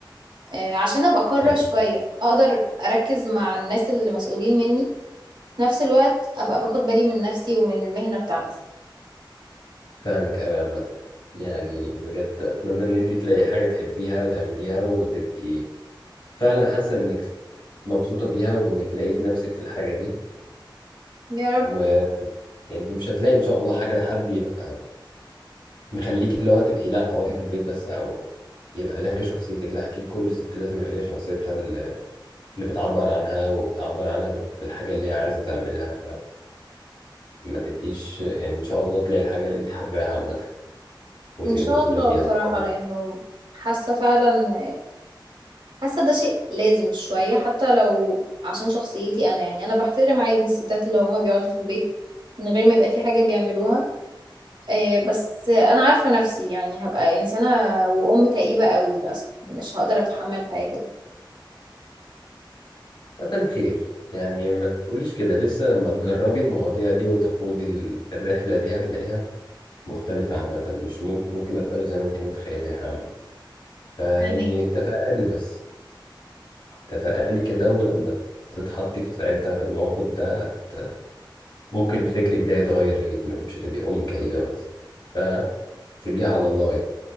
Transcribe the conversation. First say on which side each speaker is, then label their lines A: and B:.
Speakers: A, on the right; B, on the left.
A: آه، عشان ابقى حرة
B: طيب.
A: شوية اقدر اركز مع الناس اللي مسؤولين مني في نفس الوقت ابقى باخد بالي من نفسي ومن المهنة بتاعتي
B: فاهمك أوي عامة يعني بجد أتمنى إن أنت تلاقي حاجة تحبيها وتعمليها وتبقي فعلا حاسة إنك مبسوطة بيها وإنك لقيتي نفسك في الحاجة دي
A: يا رب
B: ويعني مش هتلاقي إن شاء الله حاجة حد يبقى مخليكي اللي هو تبقي لا تقعدي في البيت بس أو يبقى لك شخصيتك لا أكيد كل ست لازم يبقى ليها شخصيتها اللي اللي بتعبر عنها وبتعبر عنها بال- بالحاجة اللي هي عايزة تعملها فما تبقيش يعني إن شاء الله تلاقي الحاجة اللي أنت حباها عامة وتبقي
A: ان شاء
B: مبسوطة
A: الله
B: فيها
A: بصراحة
B: إن شاء الله
A: لانه حاسة فعلا حاسة ده شيء لازم شوية حتى لو عشان شخصيتي انا يعني انا بحترم عادي الستات اللي هما بيقعدوا في البيت من غير ما يبقى في حاجة بيعملوها آه، بس انا عارفة نفسي يعني هبقى انسانة وام كئيبة قوي للاسف مش هقدر اتحمل حاجة كده
B: عامة خير يعني ما تقوليش كده لسه لما تجربي المواضيع دي وتخوضي ال- الرحلة دي هتلاقيها مختلفة عامة مش ممكن ممكن ما تبقاش زي ما انت متخيلها عامة فيعني
A: فاهمك
B: تفائلي بس تفائلي كده ولما تتحطي في ساعتها في الموقف ده هت- ممكن فكرك ده يتغير انك مش هتبقي أم كئيبة بس فتبقي على الله يعني